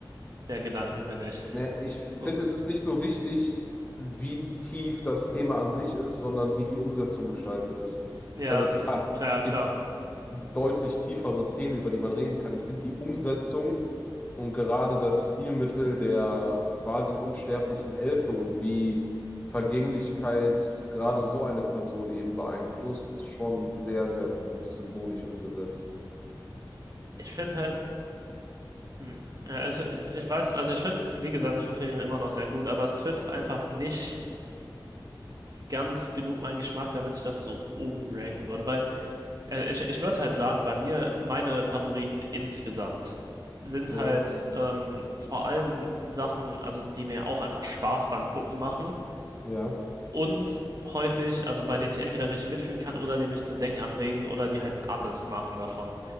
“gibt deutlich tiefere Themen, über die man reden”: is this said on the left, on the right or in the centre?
Left